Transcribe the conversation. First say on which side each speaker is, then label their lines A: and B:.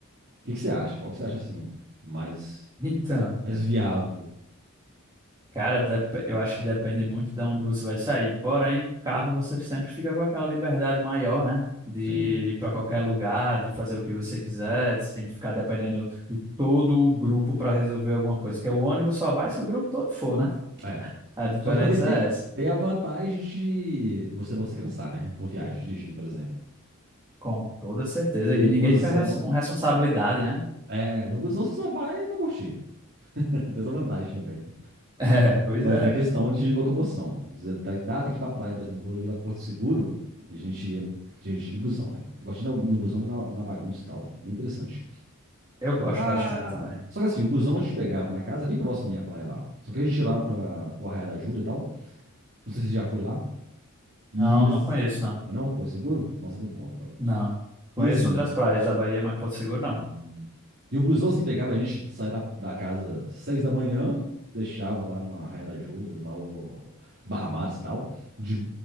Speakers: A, on the right; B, on the right.
A: que que você acha? Qual que você acha assim mais
B: Então,
A: mais viável?
B: cara, dep- eu acho que depende muito de onde você vai sair. Porém, carro você sempre fica com aquela liberdade maior, né? De
A: Sim.
B: ir para qualquer lugar, de fazer o que você quiser, sem ficar dependendo de todo o grupo para resolver alguma coisa. Porque o ônibus só vai se o grupo todo for, né?
A: É.
B: A diferença
A: Só que também tem
B: é essa.
A: tem a vantagem de você não se cansar, né? Com viagem, dirigindo, por exemplo.
B: Com toda certeza.
A: Porque
B: E ninguém
A: no busão,
B: fica res- com responsabilidade, né?
A: é, no busão você só vai pra curtir. <laughs> Tem essa vantagem também, né?
B: É, pois
A: Mas
B: é.
A: tem a questão de locomoção. Você tá, tá, tem que ir pra praia, por exemplo. Quando eu ia pra Porto Seguro, a gente ia, a gente ia de busão, né? Eu gosto de ir no, no busão, que é na, na bagunça e tal. É bem interessante.
B: Eu gosto
A: Ah,
B: bastante também.
A: só que assim, o busão a gente pegava na casa, é bem próximo também à praia lá. Só que a gente ia lá pra, pro Arraial da Ajuda e tal. Não sei se você já foi lá. E.
B: Não, não
A: assim,
B: conheço, não.
A: Não? Porto Seguro? Nossa, é muito bom, vai.
B: Não. Conheço
A: E assim,
B: outras praias da Bahia, mas Porto Seguro não.
A: Hum. E o busão, assim, pegava a gente de sair da, da casa seis da manhã, deixava lá no Arraial das Judas, lá o Barra Mares e tal, de